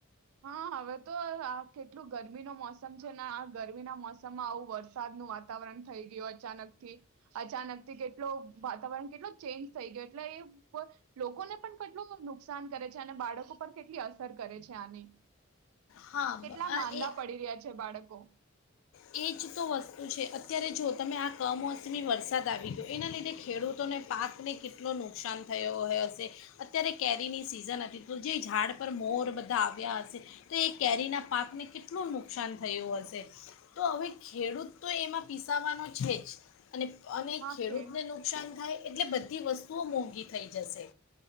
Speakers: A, on the right; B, on the left.
A: હા હવે તો આ કેટલું ગરમીનો મોસમ છે ને આ ગરમીના મોસમમાં આવું વરસાદનું વાતાવરણ થઈ ગયું અચાનકથી અચાનક થી કેટલો વાતાવરણ કેટલો ચેન્જ થઈ ગયો એટલે એ લોકોને પણ કેટલું નુકસાન કરે છે. અને બાળકો પર કેટલી અસર કરે છે આની.
B: હા
A: કેટલા માંદા
B: એ
A: પડી રહ્યા છે બાળકો
B: એજ તો વસ્તુ છે અત્યારે જો તમે આ કમોસમી વરસાદ આવી ગયો એના લીધે ખેડૂતોને પાકને કેટલો નુકસાન થયો હશે. અત્યારે કેરીની સિઝન હતી તો જે ઝાડ પર મોર બધાં આવ્યા હશે તો એ કેરીના પાકને કેટલું નુકસાન થયું હશે. તો હવે ખેડૂત તો એમાં પીસાવાનો છે જ. અને અને
A: હા
B: ખેડૂતને
A: ખે
B: નુકસાન થાય. એટલે બધી વસ્તુઓ મોંઘી થઈ જશે.